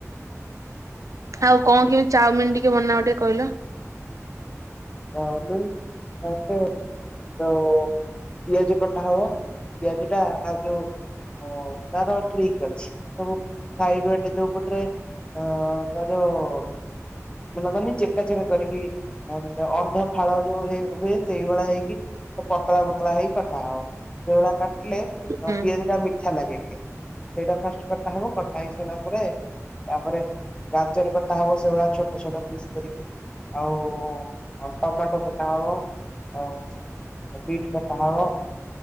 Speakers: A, on the right; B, on the left.
A: ଆଉ କଣ କିମିତି ଚାଉମିନ ଟିକେ ବନାଅ ଟିକେ କହିଲ।
B: <unintelligible> ତ ପିଆଜ କଟା ହବ ପିଆଜ ଟା ଆଉ ଯୋଉ ହଁ ତାର ଟ୍ରିକ୍ ଅଛି। ସବୁ ସାଇଡଟେ ଯୋଉ ପଟରେ ଅ ତା ଯୋଉ ମାନ ଚେକା ଚେକା କରିକି ଅର୍ଦ୍ଧ ଫାଳ ଯୋଉ ହେଇ ହୁଏ ସେଇଭଳିଆ ହେଇକି ପତଳା ପତଳା ହେଇ କଟା ହବ ସେଭଳିଆ କାଟିଲେ ଆଉ
A: ହୁଁ
B: ପିଆଜ ଟା ମିଠା ଲାଗେ ଟିକେ ସେଇଟା ଫାଷ୍ଟ କଟା ହବ କଟା ହେଇ ସାରିଲା ତା ତାପରେ ଗାଜର କଟା ହବ ସେଭଳିଆ ଛୋଟ ଛୋଟ ପିସ୍ କରିକି। ଆଉ ଟମାଟୋ କୋଟା ହବ ଆଉ ବିଟ କଟା ହବ